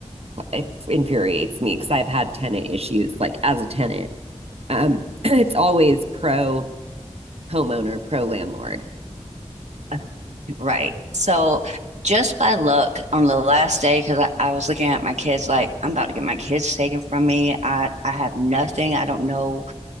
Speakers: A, on the right (about 55°); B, on the right (about 70°).
A: it infuriates me because I've had tenant issues like as a tenant. Um, <clears throat> it's always pro homeowner, pro landlord.
B: <laughs> right. So just by luck on the last day, because I, I was looking at my kids like, I'm about to get my kids taken from me. I I have nothing. I don't know